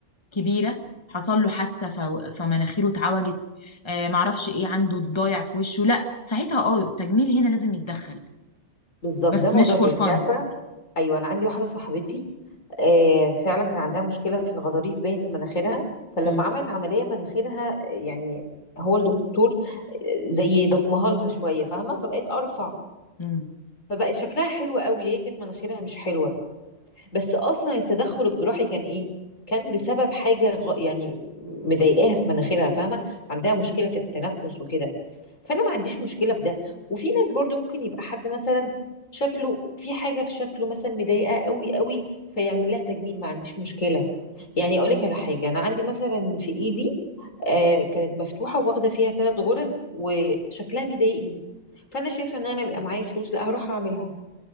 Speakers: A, on the left; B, on the left.
A: كبيرة حصل له حادثة ف- فمناخيره اتعوجت آه معرفش ايه عنده ضايع في وشه لا ساعتها اه التجميل هنا لازم يتدخل
B: بالظبط
A: بس
B: ده موضوع
A: مش
B: تاني
A: فور
B: انت
A: فن
B: عارفه ايوه انا عندي واحده صاحبتي آه فعلا كان عندها مشكله في الغضاريف باين في مناخيرها فلما
A: امم
B: عملت عمليه مناخيرها آه، يعني هو الدكتور آه، زي ضمها لها شويه فاهمه فبقت ارفع
A: امم
B: فبقى شكلها حلو قوي هي كانت مناخيرها مش حلوه بس اصلا التدخل الجراحي كان ايه كان بسبب حاجه غ... يعني مضايقاها في مناخيرها فاهمه عندها مشكله في التنفس وكده فانا ما عنديش مشكله في ده وفي ناس برضو ممكن يبقى حد مثلا شكله في حاجه في شكله مثلا مضايقاه قوي قوي فيعمل لها تجميل ما عنديش مشكله يعني اقول لك على حاجه انا عندي مثلا في ايدي آه كانت مفتوحه واخده فيها ثلاث غرز وشكلها بيضايقني فانا شايفه ان انا بيبقى معايا فلوس لا هروح اعملها